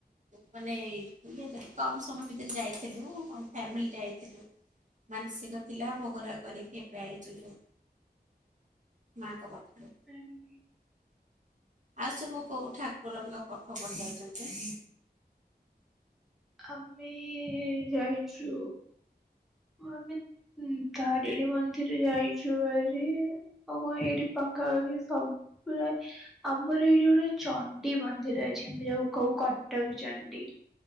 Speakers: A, on the right (about 45°); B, in the centre.
A: ମାନେ ଏଇ କମ ସମୟ ଭି ତରେ ଯାଇଥିଲୁ, ଆମ ଫ୍ୟାମିଲି ଯାଇଥିଲୁ। ମାନସିକ ଥିଲା ଭୋଗ ରାଗ କରିକି ଏବେ ଆଇଛୁ ଯୋଉ ମାଙ୍କ ପାଖରୁ।
B: <unintelligible>
A: ଆଉ ସବୁ କୋଉ ଠାକୁରଙ୍କ ପାଖକୁ ଯାଉଛନ୍ତି?
B: ଆମେ ଯାଇଛୁ ଆମେ ଉଁ, ହୁଁ, ତାରିଣୀ ମନ୍ଦିର ଯାଇଛୁ ଭାରି। ଆଉ କଣ ଏଇଠି ପାଖାପାଖି ସ-ପୁରା ଆମର ଏଇଠି ଗୋଟେ ଚଣ୍ଡୀ ମନ୍ଦିର ଅଛି, ଆମେ ଯୋଉ କହୁ କଟକଚଣ୍ଡୀ।